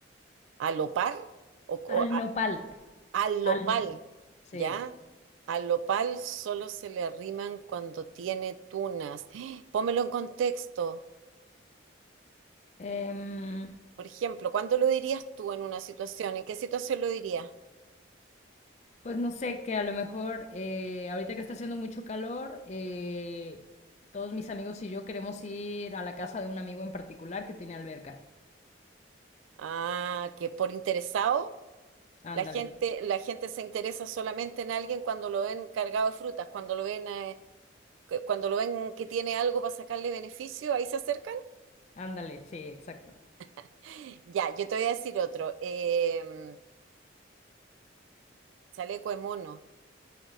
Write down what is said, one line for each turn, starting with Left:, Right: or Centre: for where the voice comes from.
Right: ¿A lo par? O,
Left: Al
Right: o
Left: nopal.
Right: Al lopal,
Left: Al... Sí.
Right: ¿ya? Al lopal solo se le arriman cuando tiene tunas. <gasps> ¡Ah! Pómelo en contexto.
Left: Em,
Right: Por ejemplo, ¿cuándo lo dirías tú en una situación? ¿En qué situación lo dirías?
Left: pues no sé, que a lo mejor eh, ahorita que está haciendo mucho calor, eh, todos mis amigos y yo queremos ir a la casa de un amigo en particular que tiene alberca.
Right: Ah, que por interesado,
Left: Ándale,
Right: la gente, la gente se interesa solamente en alguien cuando lo ven cargado de frutas, cuando lo ven, eh, cu- cuando lo ven que tiene algo para sacarle beneficio, ahí se acercan.
Left: ándale, sí, exacto.
Right: <gasps> Ya, yo te voy a decir otro. Em, chaleco de mono.